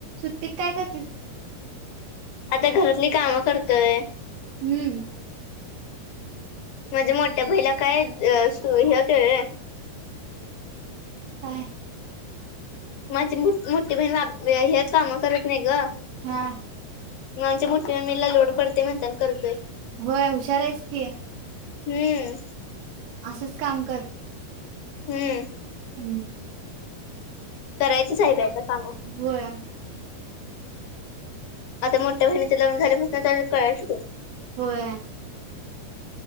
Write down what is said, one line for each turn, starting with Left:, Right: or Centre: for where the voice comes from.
Right: ते काय कर
Left: आता घरातली कामं करतोय.
Right: हम्म.
Left: म्हणजे मोठ्या बाईला काय सु हे गं.
Right: काय?
Left: माझी मो-मोठी बहिण हे काम करत नाही गं.
Right: हा.
Left: म आमची मोठी ममीला लोड पडतयं म्हणताना करतोय.
Right: होय हुशार आहेस की
Left: हम्म.
Right: असंच काम कर.
Left: हम्म.
Right: हम्म.
Left: करायचंच आहे बाई आता. काम
Right: होय.
Left: आता मोठ्या बहिणीच लग्न झाल्यापासणं म्हण कळायच.
Right: होय.